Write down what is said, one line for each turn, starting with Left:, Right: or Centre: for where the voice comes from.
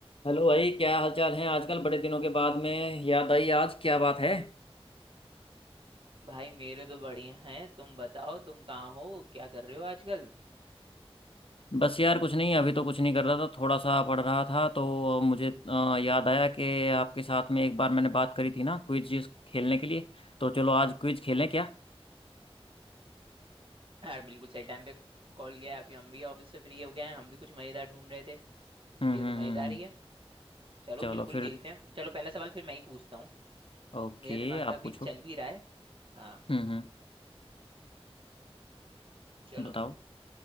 Left: Hello भाई क्या हालचाल है आजकल बड़े दिनों के बाद में याद आई आज क्या बात है
Right: भाई मेरे तो बढ़िया हैं तुम बताओ तुम कहाँ हो क्या कर रहे हो आजकल
Left: बस यार कुछ नहीं अभी तो कुछ नहीं कर रहा था थोड़ा सा पढ़ रहा था तो मुझे अ, याद आया कि आपके साथ में एक बार मैंने बात करी थी ना क्विज खेलने के लिए तो चलो आज क्विज खेलें क्या
Right: यार बिल्कुल सही टाइम पे कॉल गया अभी हम भी ऑफिस से फ्री हो गए हैं हम भी कुछ मजेदार ढूंढ रहे थे
Left: हम्म
Right: ये
Left: हम्म
Right: तो मजेदार
Left: हम्म
Right: ही है चलो
Left: चलो
Right: बिल्कुल
Left: फिर
Right: खेलते हैं चलो पहला सवाल फिर मैं ही पूछता हूँ
Left: ओके
Right: मेरे दिमाग में
Left: आप
Right: अभी
Left: पूछो
Right: चल भी रहा है हाँ
Left: हम्म हम्म
Right: चलो
Left: बताओ